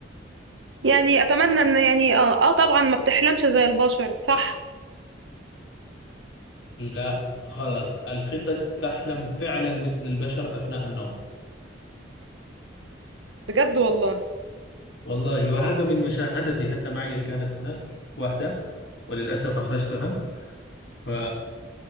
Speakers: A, on the right; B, on the left.
A: يعني اتمنى ان يعني اه, آه طبعا ما بتحلمش زي البشر صح
B: لا غلط القطط تحلم فعلا مثل البشر أثناء النوم
A: بجد والله
B: والله وهذا من مشاهدتي حتى معي كانت هناك واحدة وللأسف أخرجتها ف...